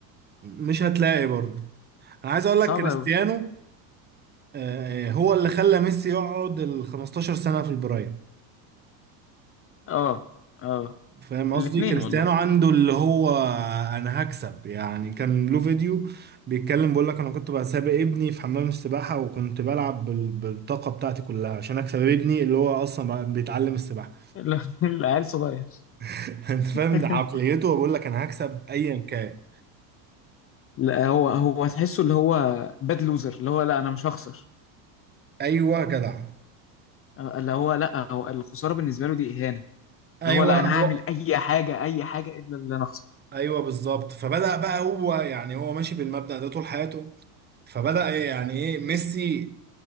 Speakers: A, on the right; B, on the left.
A: مش هتلاقي برضه انا عايز اقول لك
B: صعب
A: كريستيانو
B: قوي
A: آه، هو اللي خلى ميسي يقعد ال 15 سنة في البرايم
B: اه اه
A: فاهم قصدي
B: الاتنين
A: كريستيانو
B: والله
A: عنده اللي هو انا هكسب يعني كان له فيديو بيتكلم بيقول لك انا كنت بقى سابق ابني في حمام السباحه وكنت بلعب بال- بالطاقه بتاعتي كلها عشان اكسب ابني اللي هو اصلا بقى بيتعلم السباحه
B: <laughs> ال- العيال صغير
A: <laughs> انت فاهم
B: <laughs>
A: ده عقليته بقول لك انا هكسب ايا كان
B: لا هو هو تحسه اللي هو باد لوزر اللي هو لا انا مش هخسر
A: ايوه يا جدع
B: اللي هو لا هو الخساره بالنسبه له دي اهانه اللي
A: ايوه
B: هو لا انا
A: هو
B: هعمل اي حاجه اي حاجه الا اللي انا اخسر
A: ايوه بالظبط فبدأ بقى هو يعني هو ماشي بالمبدأ ده طول حياته فبدأ إيه يعني ايه ميسي